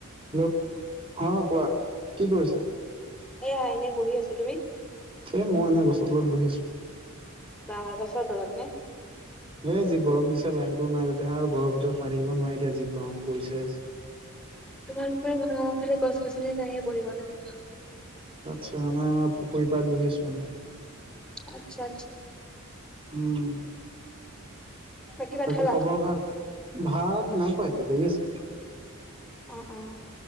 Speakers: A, on the right; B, in the centre.
A: Hello অ কোৱা কি কৰিছা?
B: এয়া এনে বহি আছো তুমি
A: এই মই এনেই গছৰ তলত বহি আছো
B: বাঁহ গছত তলত নে
A: এ যি গৰম দিছে লাইনটোও নাই তাতে আৰু ঘৰৰ ভিতৰত সোমাই থাকিব নোৱাৰে এতিয়া যি গৰম পৰিছে
B: তোমালোকৰে ভাল আমাৰ ফালে গছ -গছনি নায়ে বহিব তেনেকুৱা
A: আচ্ছা নাই আমাৰ পুখুৰী পাৰত বহি আছো মানে
B: আচ্ছা আচ্ছা
A: উম
B: বাকী ভাত
A: বাকি
B: খালা?
A: খবৰ ভাল ভাত নাইখোৱা এতিয়া দেৰি আছে
B: অ অ